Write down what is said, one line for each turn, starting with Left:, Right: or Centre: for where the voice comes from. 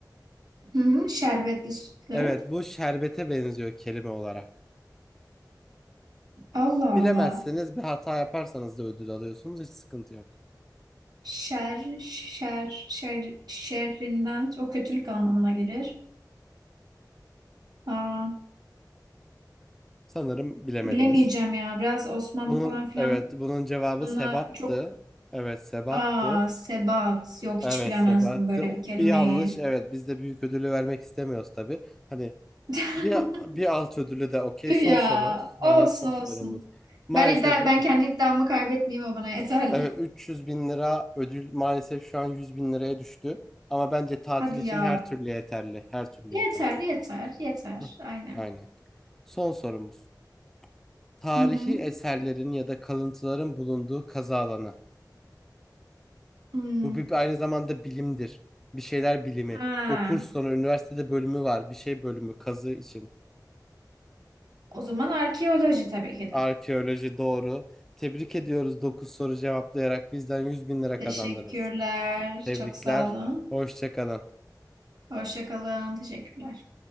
Right: Hı hı, şerbetli sütlü.
Centre: Evet, bu şerbete benziyor kelime olarak.
Right: Allah
Centre: Bilemezseniz
Right: Allah.
Centre: bir hata yaparsanız da ödül alıyorsunuz, hiç sıkıntı yok.
Right: Şer, şer, şer, şerrinden, o kötülük anlamına gelir. Aa,
Centre: Sanırım bilemediniz.
Right: Bilemeyeceğim ya. Biraz Osmanlı
Centre: Bunun
Right: falan filan
Centre: evet, bunun cevabı
Right: buna
Centre: sebattı.
Right: çok
Centre: Evet, sebattı.
Right: aa sebat yok hiç
Centre: Evet,
Right: bilemezdim
Centre: sebattı.
Right: böyle
Centre: O-
Right: bir kelimeyi.
Centre: Bir yanlış. Evet, biz de büyük ödülü vermek istemiyoruz tabii. Hani
Right: <laughs>
Centre: bir bir alt ödülü de okey.
Right: Tüh
Centre: Son
Right: Ya
Centre: soru.
Right: olsun
Centre: Aha, son
Right: olsun.
Centre: sorumuz. Maalesef
Right: Ben iddia ben kendi iddiamı kaybetmeyeyim o bana yeterli.
Centre: Evet 300 bin lira ödül maalesef şu an 100 bin liraya düştü. Ama bence tatil
Right: Hadi
Centre: için
Right: ya.
Centre: her türlü yeterli. Her türlü
Right: Yeter
Centre: yeterli.
Right: yeter yeter.
Centre: Hı,
Right: Aynen.
Centre: Aynen. Son sorumuz. Tarihi
Right: Hı hı.
Centre: eserlerin ya da kalıntıların bulunduğu kazı alanı.
Right: Hmm.
Centre: Bu bir, aynı zamanda bilimdir. Bir şeyler bilimi.
Right: Ha.
Centre: O kurs sonu üniversitede bölümü var. Bir şey bölümü kazı için.
Right: O zaman arkeoloji tabii ki
Centre: Arkeoloji
Right: de.
Centre: doğru. Tebrik ediyoruz 9 soru cevaplayarak bizden 100 bin lira
Right: Teşekkürler.
Centre: kazandınız. Tebrikler.
Right: Çok sağ olun.
Centre: Hoşça kalın.
Right: Hoşça kalın. Teşekkürler.